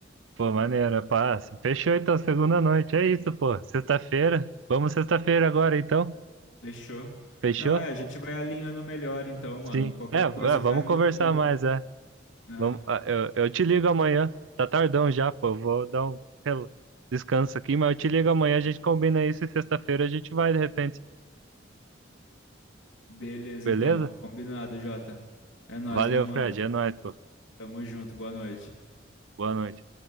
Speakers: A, on the right; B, on the left.
A: Pô, maneiro, passa. Fechou então, segunda noite, é isso, pô, sexta-feira. Vamos sexta-feira agora então,
B: Fechou.
A: fechou?
B: Não, é, a gente vai alinhando melhor então, mano.
A: Sim,
B: Qualquer
A: é, v-
B: coisa
A: é, vamos
B: vai anotando,
A: conversar mais, é.
B: né?
A: Vamos, ah, eu, eu te ligo amanhã. Tá tardão já, pô. Eu Vou dar um rela- descanso aqui, mas eu te ligo amanhã. A gente combina isso e sexta-feira a gente vai de repente.
B: Beleza,
A: Beleza?
B: então. Combinado, Jota. É nóis,
A: Valeu,
B: meu mano.
A: Fred. É nóis, pô.
B: Tamo junto, boa noite.
A: Boa noite.